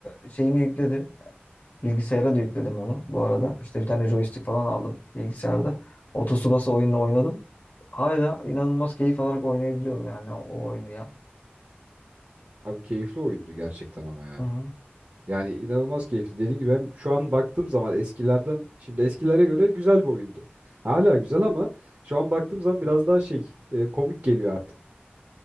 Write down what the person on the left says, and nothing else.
e, şeyini yükledim. Bilgisayara da yükledim onu bu arada. İşte bir tane joystick falan aldım bilgisayarda. O Tsubasa oyununu oynadım. Hala inanılmaz keyif alarak oynayabiliyorum yani o, o oyunu ya.
Hı hı.